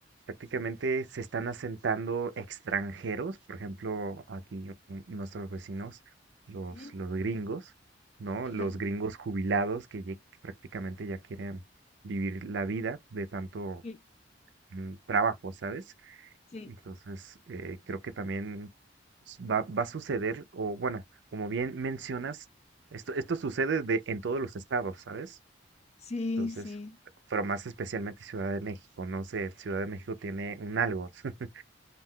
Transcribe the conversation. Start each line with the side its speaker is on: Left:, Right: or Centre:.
Right: prácticamente se están asentando extranjeros, por ejemplo, aquí n- nuestros vecinos, los,
Left: Ujú.
Right: los gringos, ¿no?
Left: <laughs>
Right: Los gringos jubilados que, ye- que prácticamente ya quieren vivir la vida de tanto
Left: Sí,
Right: mm, trabajo, ¿sabes?
Left: sí.
Right: Entonces, eh, creo que también s- va, va a suceder, o bueno, como bien mencionas, esto, esto sucede de, en todos los estados, ¿sabes?
Left: Sí,
Right: Entonces,
Left: sí.
Right: pero más especialmente Ciudad de México, no sé, Ciudad de México tiene un algo. <laughs>